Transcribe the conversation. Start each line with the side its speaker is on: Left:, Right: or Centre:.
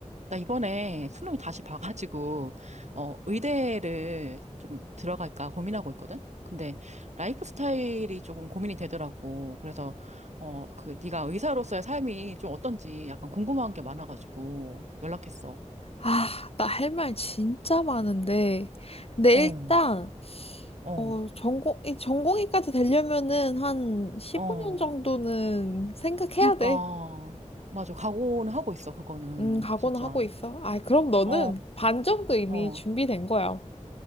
Right: 나 이번에 수능 다시 봐가지고, 어, 의대를 좀 들어갈까 고민하고 있거든? 근데 라이프 스타일이 조금 고민이 되더라고. 그래서, 어, 그, 네가 의사로서의 삶이 좀 어떤지 약간 궁금한 게 많아가지고 연락했어.
Left: 아, 나 할 말 진짜 많은데. 근데
Right: 어,
Left: 일단,
Right: 어,
Left: 어, 전공, 이 전공의까지 되려면은 한 15년
Right: 어.
Left: 정도는 생각해야
Right: 그니까,
Left: 돼.
Right: 맞아. 각오는 하고 있어, 그거는.
Left: 음, 각오는
Right: 진짜.
Left: 하고 있어. 아, 그럼 너는
Right: 어,
Left: 반 정도 이미
Right: 어.
Left: 준비된 거야.